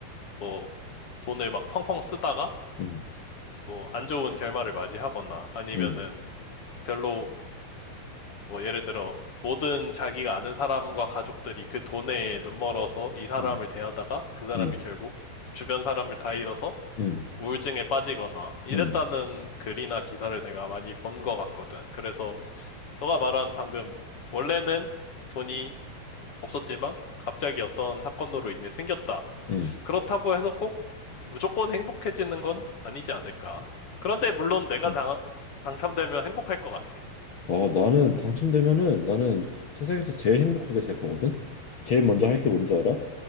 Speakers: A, on the left; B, on the left.
A: 뭐 돈을 막 펑펑 쓰다가
B: 응,
A: 뭐 안 좋은 결말을 맞이하거나 아니면은
B: 응,
A: 별로 뭐 예를 들어 모든 자기가 아는 사람과 가족들이 그 돈에 눈멀어서 이 사람을
B: 응,
A: 대하다가 그 사람이
B: 응,
A: 결국 주변 사람을 다 잃어서
B: 응,
A: 우울증에 빠지거나 이랬다는
B: 응.
A: 글이나 기사를 내가 많이 본 것 같거든. 그래서 너가 말한 방금 원래는 돈이 없었지만 갑자기 어떤 사건으로 인해 생겼다.
B: 응.
A: 그렇다고 해서 꼭 무조건 행복해지는 건 아니지 않을까. 그런데 물론 내가
B: 응.
A: 당, 당첨되면 행복할 것 같아.
B: 아, 나는 당첨되면은 나는 세상에서 제일 행복하게 살 거거든. 제일 먼저 할 게 뭔지 알아?